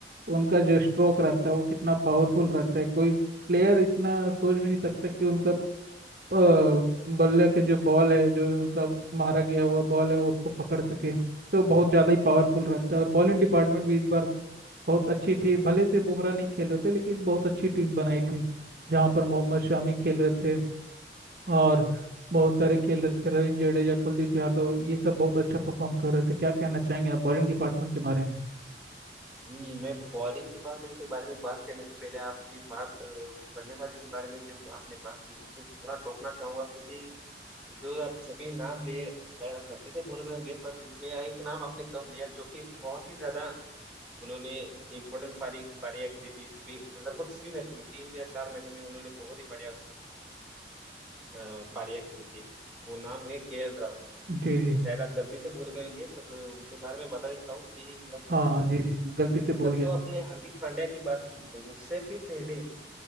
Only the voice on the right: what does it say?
उनका जो स्ट्रोक रहता है वो कितना पावरफुल रहता है कोई प्लेयर इतना सोच भी नहीं सकता कि उनका अ, बल्ले के जो बॉल है जो उनका मारा गया हुआ बॉल है वो उसको पकड़ सके तो बहुत ज़्यादा ही पावरफुल रहता है और बॉलिंग डिपार्टमेंट भी इस बार बहुत अच्छी थी भले से बुमराह नहीं खेल रहे थे लेकिन बहुत अच्छी टीम बनाई थी जहाँ पर मोहम्मद शामी खेल रहे थे और बहुत सारे खेल रहे थे रविंद्र जडेजा कुलदीप यादव ये सब बहुत अच्छा परफॉर्म कर रहे थे क्या कहना चाहेंगे आप बॉलिंग डिपार्टमेंट के बारे में
जी जी
हाँ हाँ, जी जी मैं गलती
से बोल गया